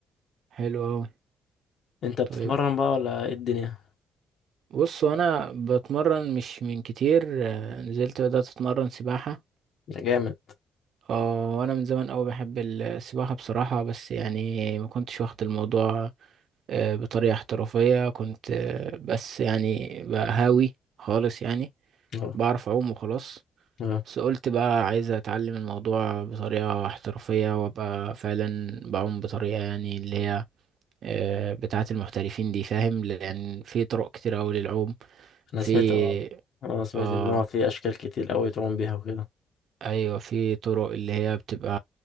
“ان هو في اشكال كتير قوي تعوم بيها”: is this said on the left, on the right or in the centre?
Left